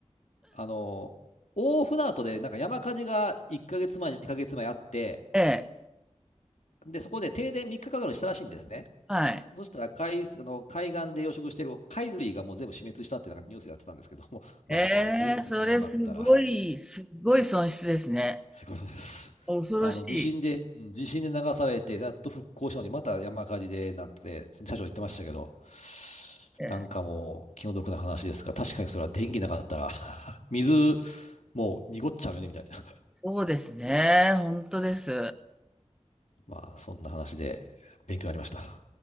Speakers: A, on the left; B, in the centre.
A: あの、大船渡でなんか山火事が1ヶ月前、2ヶ月前あって、
B: ええ、
A: で、そこで停電3日かかかるしたらしいんですね。
B: はい。
A: そしたら海、あの海岸で養殖してる貝類がもう全部死滅したってなんかニュースやってたんですけども、<laughs> まあそら電気来なかったら
B: ええ、それすごい、すごい損失ですね。
A: すごいことです。
B: 恐ろしい。
A: あの、地震で、うん地震で流されて、やっと復興したのに、また山火事で、なんて、社長言ってましたけど、
B: ええ、
A: なんかもう、気の毒な話ですが、確かにそれは電気なかったら <laughs> 水、もう濁っちゃうよね、みたいな。
B: そうですね、本当です。
A: まあ、そんな話で、勉強になりました。